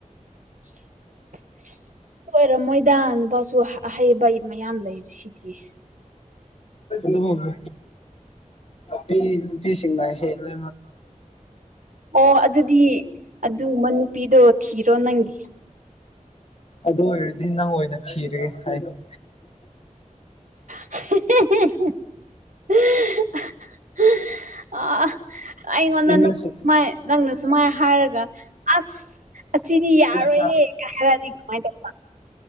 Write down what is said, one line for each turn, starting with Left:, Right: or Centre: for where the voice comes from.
Right: <inaudible> ꯂꯣꯏꯔꯝꯃꯣꯏꯗ ꯅꯨꯄꯥꯁꯨ ꯑꯍꯩꯕ ꯃꯌꯥꯝ ꯂꯩ ꯁꯤꯗꯤ
Left: ꯅꯨ ꯅꯨ ꯐ ꯁꯤꯁꯤꯡꯅꯏ ꯍꯦꯂ
Right: ꯑꯣ ꯑꯗꯨꯗꯤ ꯑꯗꯨꯒꯨꯝꯕ ꯅꯨꯄꯤꯗꯣ ꯊꯤꯔꯣ ꯅꯪꯒꯤ
Left: ꯑꯗꯨ ꯑꯣꯏꯔꯗꯤ ꯅꯪ ꯑꯣꯏꯅ ꯊꯤꯔꯒꯦ ꯍꯥꯏꯁ
Right: <inaudible> ꯑ ꯑꯩꯉꯣꯟꯗꯃꯥꯏ
Left: ꯏꯪꯂꯤꯁ
Right: ꯅꯪꯅ ꯁꯨꯃꯥꯏꯅ ꯍꯥꯏꯔꯒ ꯑꯁ ꯑꯁꯤꯗꯤ ꯌꯥꯔꯣꯏꯍꯦ
Left: ꯑꯁ
Right: ꯍꯥꯏꯔꯗꯤ ꯀꯃꯥꯏꯅ ꯇꯧꯕ